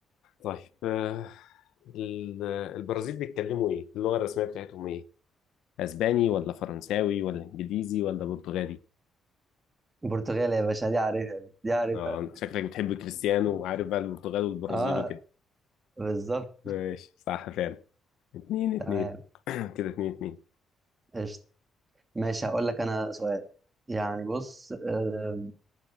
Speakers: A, on the left; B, on the right.
A: طيب أه ال- البرازيل بيتكلموا ايه؟ اللغة الرسمية بتاعتهم ايه؟ اسباني ولا فرنساوي ولا انجليزي ولا برتغالي؟
B: البرتغال يا باشا دي عارفها دي دي عارفها
A: اه انت شكلك بتحب كريستيانو وعارف بقى البرتغال والبرازيل
B: اه
A: وكده
B: بالظبط
A: ماشي صح فعلا اتنين
B: تمام
A: اتنين <clears throat> كده اتنين اتنين
B: قشطة ماشي هقول لك انا سؤال يعني بص آه،